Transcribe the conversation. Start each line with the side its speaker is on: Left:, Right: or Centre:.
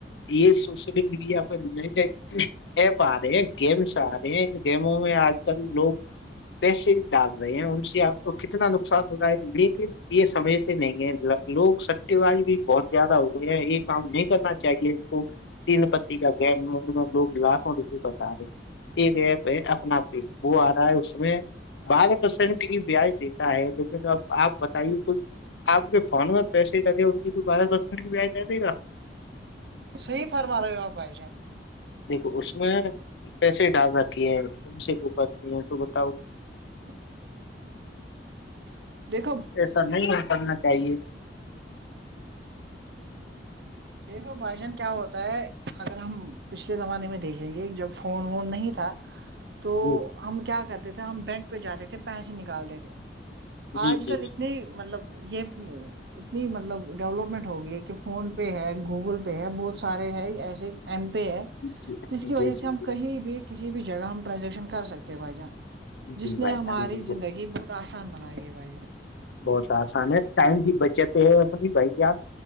Left: یہ سوشل میڈیا پر ائڈڈ ایپ آ رہے ہے گیمس آ رہے ہیں ان گیموں میں آج کل لوگ پیسے ڈال رہے ہیں ان سے آپ کو کتنا نقصان ہو رہا ہے لیکن یہ سمجھتے نہیں ہیں لوگ سٹتے باز بھی بہت زیادہ ہو گئے ہیں یہ کام نہیں کرنا چاہیے تین پتی کا گم لوگ لاے بتا رہے ہیں ایک ایپ ہے اپنا آپ وہ آ رہا ہے اس میں بارہ پرسینٹ کی بیاج دیتا ہے لیکن اب آپ تے کوئی آپ کے فون میں پیسے د دے ان کی کوئی بار بسنے کی بعائے د دے گا
Right: سی فار مہارا گا پے
Left: دیکھو اس میں پیسے ڈال رکے ہے ہیںے کو کرتی ہیں تو بتاؤ
Right: <unintelligible> دیکھو
Left: ایسا نہیں کرنا چاہیے
Right: دیکھو بھائی جان کیا ہوتا ہے اگر ہم پچھلے زمانے میں دیکھیں گے جب فون وون نہیں تھا تو
Left: جی
Right: ہم کیا کرتے تھے ہم بینک پہ جاتے تھے پیسے نکالتے تھے
Left: جی
Right: آج
Left: جی
Right: کل
Left: جی
Right: نہیں مطلب یہ اتنی مطلب ڈیولپمنٹ ہو گئی ہے کہ فون پے ہے گوگل پے ہے بہت سارے ہے ایسے ایم پے ہے
Left: جی
Right: جس
Left: جی
Right: کی وجہ
Left: جی
Right: سے ہم کہیں بھی کسی بھی جگہ ہم ٹرانزیکشن کر سکتے بھائی جان جس
Left: جی
Right: نے
Left: بھائی
Right: ہماری
Left: جان بالکل
Right: زندگی بہت آسان بنائی ہے بھائی
Left: بہت آسان ہے ٹائم بھی بچت ہے اپنی بھائی آپ